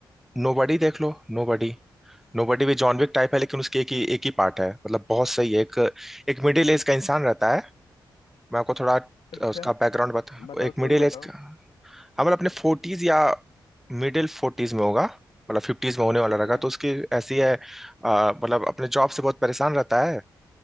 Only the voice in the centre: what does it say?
नोबडी देख लो नोबडी नोबडी भी जॉन विक टाइप है लेकिन उसके एक ही एक ही पार्ट है मतलब बहुत सही है एक एक मिडिल एज का इंसान रहता है मैं आपको थोड़ा
अ, उसका बैकग्राउंड बता
एक
मिडिल एज
का हाँ मतलब अपने फोर्टीज या मिडिल फोर्टीज में होगा मतलब फिफ्टीज में होने वाला
रहेगा
तो उसकी ऐसी है अ, मतलब अपने जॉब से बहुत परेशान रहता है